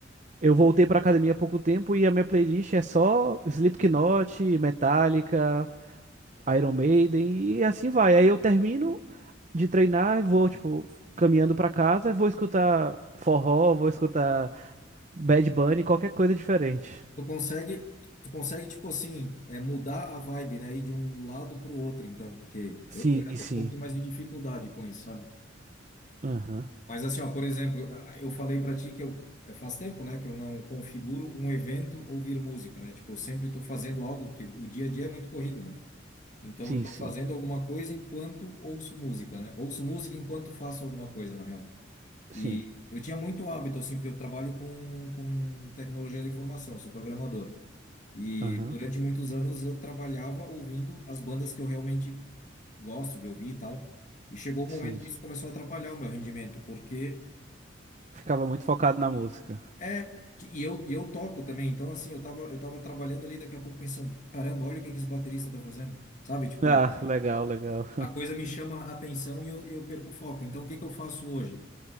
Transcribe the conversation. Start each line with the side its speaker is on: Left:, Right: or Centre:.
Right: Eu voltei pra academia há pouco tempo e a minha playlist é só Slipknot, Metallica, Iron Maiden e assim vai. Aí eu termino de treinar e vou, tipo, caminhando pra casa e vou escutar forró, vou escutar Bad Bunny, qualquer coisa diferente.
Left: Tu consegue, tu consegue, tipo assim, é, mudar a vibe, né? Ir de um lado pro outro, então, porque
Right: Sim,
Left: eu, eu já tenho
Right: sim.
Left: um pouquinho mais de dificuldade com isso, sabe?
Right: Aham.
Left: Mas assim, ó, por exemplo, eu falei para ti que eu é, faz tempo, né, que eu não configuro um evento ouvir música, né? Tipo, eu sempre estou fazendo algo que o dia a dia é muito corrido, né? Então
Right: Sim,
Left: eu estou
Right: sim.
Left: fazendo alguma coisa enquanto ouço música, né? Ouço música enquanto faço alguma coisa, na real. E
Right: Sim.
Left: eu tinha muito hábito assim, porque eu trabalho com com tecnologia da informação, sou programador. E
Right: Aham.
Left: durante muitos anos eu trabalhava ouvindo as bandas que eu realmente gosto de ouvir e tal. E chegou um
Right: Sim.
Left: momento que isso começou a atrapalhar o meu rendimento, porque
Right: Ficava muito focado na música.
Left: É, e eu, e eu toco também, então assim, eu tava, eu tava trabalhando ali, daqui a pouco pensando, caramba, olha o que que esse baterista tá fazendo, sabe? Tipo,
Right: Ah, legal, legal.
Left: a coisa me chama a atenção e eu, eu perco o foco. Então, o que que eu faço hoje?